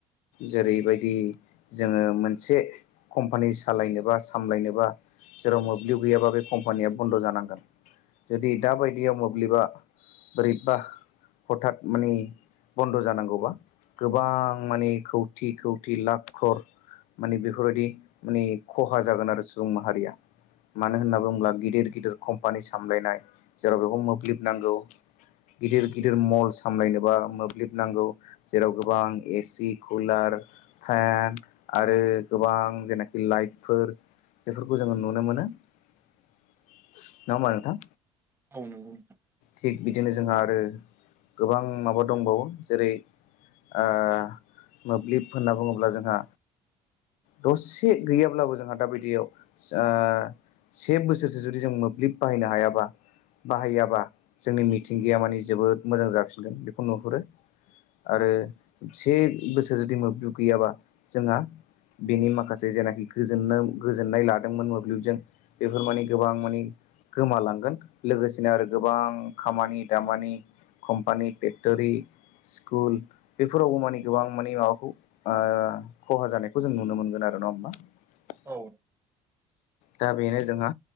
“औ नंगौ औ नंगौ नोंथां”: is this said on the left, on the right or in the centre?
Right